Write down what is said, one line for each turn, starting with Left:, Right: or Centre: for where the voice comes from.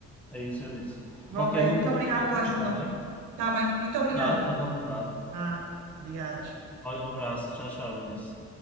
Centre: É isso, eu disse.
Right: Ok,
Centre: Qualquer dúvida,
Right: muito obrigada
Centre: fala
Right: pela
Centre: comigo,
Right: ajuda.
Centre: está bem?
Right: Está bem, muito obrigada.
Centre: Nada, estás à vontade.
Right: Ah, obrigada.
Centre: Olha, um abraço, tchau, tchau, Eunice.